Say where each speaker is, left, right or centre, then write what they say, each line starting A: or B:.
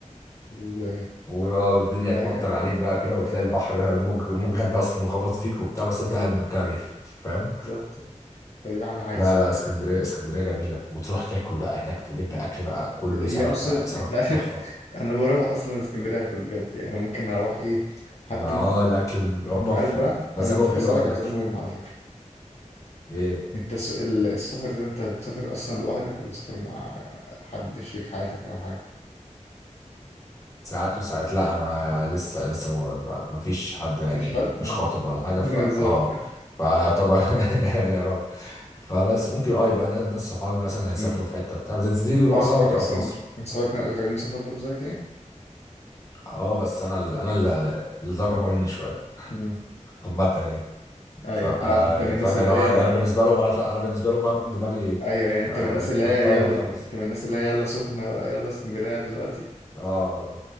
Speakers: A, on the left; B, on the left.
A: و...
B: والدنيا
A: ورايقة
B: تمطر
A: كده
B: عليك بقى كده وتلاقي البحر موج موجهك اصلا وخبط فيك وبتاع بس انت
A: إيه،
B: قاعد متكيف فاهم
A: بالظبط فدي أحلى حاجة
B: لا
A: الصراحة.
B: لا اسكندريه اسكندريه جميله وتروح تاكل بقى هناك تجيب اكل بقى كله
A: هي
B: سمك
A: أصلا
B: بقى سمك
A: أنت عارف
B: تحفه
A: أنا بروح أصلا اسكندرية كل بجد يعني أنا ممكن أروح إيه حتى
B: ما اه
A: ممكن
B: الاكل هم
A: أنت عارف
B: في-
A: بقى
B: مزاجهم
A: أنا نسيت
B: حلو
A: أسألك
B: قوي في الاكل
A: على سؤال مهم على فكرة
B: ايه
A: أنت الس- ال- السفر ده أنت بتسافر أصلا لوحدك ولا بتسافر مع حد شريك حياتك أو حاجة؟
B: ساعات وساعات لا انا لسه لسه ما ما- ما فيش حد يعني
A: مفيش حد؟
B: مش
A: آه
B: خاطب ولا
A: <laughs>
B: حاجه
A: من
B: فا
A: أرزاق
B: اه
A: يعني
B: فيعتبر <laughs> يعني يا رب فبس ممكن اه يبقى ناس ناس صحابي مثلا هيسافروا
A: <laughs>
B: في حته بتاع بس دي اللي
A: انت
B: معظمها
A: اصحابك
B: هتبقى
A: اصلا
B: في مصر
A: انت اصحابك ناوي- غاويين سفر برضه زيك يعني
B: اه بس انا اللي انا اللي اللي ضربه مني شويه
A: امم
B: عامه يعني
A: ايوه
B: ف-
A: انت انت من الناس
B: فاهم يعني
A: اللي
B: هو
A: هي
B: انا بالنسبه لهم انا ف- انا بالنسبه لهم فاهم دماغي
A: ايوه ايوه انت
B: آه،
A: من الناس اللي هي
B: طايره
A: يلا
B: خالص
A: انت من الناس اللي هي يلا سخنه بقى يلا اسكندريه دلوقتي
B: اه